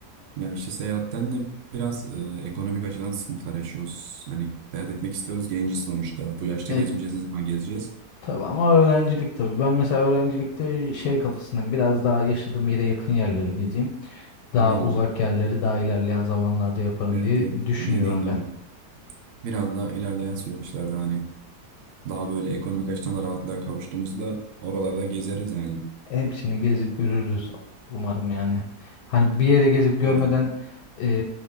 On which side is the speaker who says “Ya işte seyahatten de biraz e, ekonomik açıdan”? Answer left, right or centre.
Right